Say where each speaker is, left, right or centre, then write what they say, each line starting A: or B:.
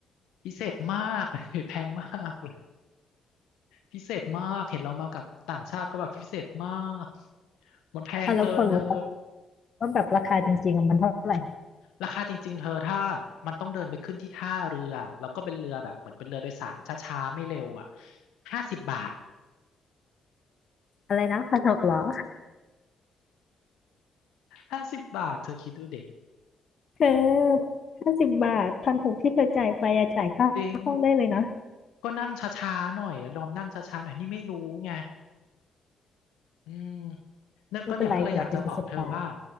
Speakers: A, on the left; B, on the left.
A: พิเศษมาก <laughs> แพงมากเลย พิเศษมากเห็นเรามากับต่างชาติก็แบบพิเศษมากมันแพงเกินเธอ
B: อ่ะแล้วพอรู้ปะว่าแบบราคาจริงๆอะมันเท่าไหร่
A: ราคาจริงๆเธอถ้ามันต้องเดินไปขึ้นที่ท่าเรือแล้วก็เป็นเรือแบบเหมือนเป็นเรือโดยสารช้าๆไม่เร็วอ่ะห้าสิบบาท
B: อะไรนะพันหกเหรอ
A: ห้าสิบบาทเธอคิดดูดิ
B: เธอห้าสิบบาทพันหกที่เธอจ่ายไปอะจ่ายค่าห้องได้เลยนะ
A: จริงก็นั่งช้าๆหน่อยแล้วดอมนั่งช้าๆหน่อยนี่ไม่รู้ไงอืมเนี่ยก็เนี่ยก็เลยอยากจะบอกเธอว่า
B: ไม่เป็นไรถือว่าเป็นประสบการณ์